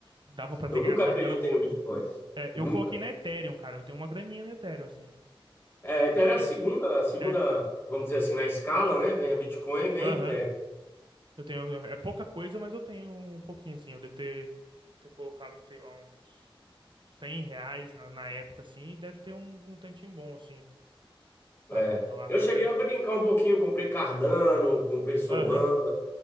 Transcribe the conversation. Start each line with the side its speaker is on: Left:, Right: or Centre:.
Right: Dava para ter
Left: eu
Right: ganhado
Left: nunca
Right: uma
Left: acreditei
Right: grana boa.
Left: no Bitcoin.
Right: É, eu
Left: Nunca.
Right: coloquei na Ethereum, cara. Eu tenho uma graninha na Ethereum, assim.
Left: É, Ethereum
Right: Ok.
Left: é a segunda, a segunda,
Right: É.
Left: vamos dizer assim, na escala, né? Vem a Bitcoin, vem
Right: Aham.
Left: a Ethereum.
Right: Eu tenho, é é pouca coisa, mas eu tenho um pouquinho, assim. Eu devo ter, ter colocado, sei lá, uns 100 reais na, na época, assim, e deve ter um, um tantinho bom, assim, agora
Left: É,
Right: lá.
Left: eu
Right: vai-
Left: cheguei
Right: Deve...
Left: a brincar um pouquinho, comprei Cardano, comprei Solana,
Right: Aham.